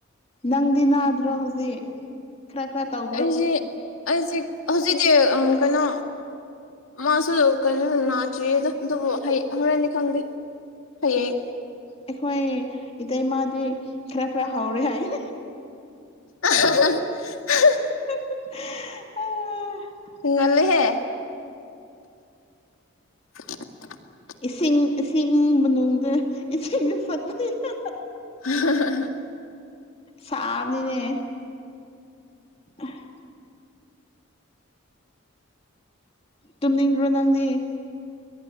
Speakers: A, on the left; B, on the left.
A: ꯅꯪꯗꯤ ꯅꯥꯗ꯭ꯔꯣ ꯍꯧꯖꯤꯛ ꯈꯔ ꯈꯔ ꯇꯧ
B: ꯑꯩꯖꯤ ꯑꯩꯖꯤ ꯍꯧꯖꯤꯛꯇꯤ ꯑ ꯀꯩꯅꯣ ꯃꯥꯁꯨ ꯂꯨ ꯀꯩꯅꯣ ꯅꯥꯇ꯭ꯔꯤꯌꯦꯗ ꯑꯗꯨꯕꯨ ꯍꯩ ꯍꯣꯔꯦꯟꯗꯤ ꯈꯪꯗꯦ ꯍꯌꯦꯡ
A: ꯑꯩꯈꯣꯢ ꯏꯇꯩꯃꯗꯤ ꯈꯔ ꯈꯔ ꯍꯧꯔꯦ ꯍꯥꯢꯌꯦ
B: <unintelligible>
A: <unintelligible>
B: ꯑꯨꯡ ꯉꯜꯂꯦꯍꯦ <unintelligible>
A: ꯏꯁꯤꯡ ꯏꯁꯤꯡ ꯃꯅꯨꯡꯗ ꯏꯁꯤꯡꯗ ꯐꯠꯇꯅꯗ
B: <unintelligible>
A: ꯁꯥꯕꯅꯤꯅꯦ ꯎꯝ ꯇꯨꯝꯅꯤꯡꯗ꯭ꯔꯣ ꯅꯪꯗꯤ